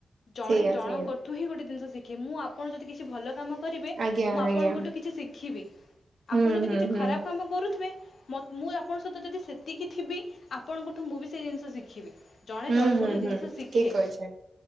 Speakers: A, on the left; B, on the right.
A: ଜଣେ
B: ସେଇଆ
A: ଜଣଙ୍କଠୁ
B: ସେଇଆ
A: ହିଁ ଗୋଟେ ଜିନିଷ ଶିଖେ ମୁଁ ଆ ପଣ ଯଦି କିଛି ଭଲ କାମ କରିବେ
B: ଆଜ୍ଞା
A: ମୁଁ ଆପଣଙ୍କଠୁ
B: ଆଜ୍ଞା
A: କିଛି ଶିଖିବି।
B: ହୁଁ
A: ଆପଣ ଯଦି
B: ହୁଁ
A: କିଛି
B: ହୁଁ
A: ଖରାପ କାମ କରୁଥୁବେ। ମତ୍ ମୁଁ ଆପଣଙ୍କ ସହିତ ଯଦି ସେତିକି ଥିବି ଆପଣଙ୍କଠୁ ମୁଁ ବି ସେଇ ଜିନିଷ ଶିଖିବି। ଜଣେ
B: ହୁଁ
A: ଜଣଙ୍କଠୁ
B: ହୁଁ ହୁଁ
A: ଜିନିଷ ଶିଖେ
B: ଠିକ କହିଛନ୍ତି।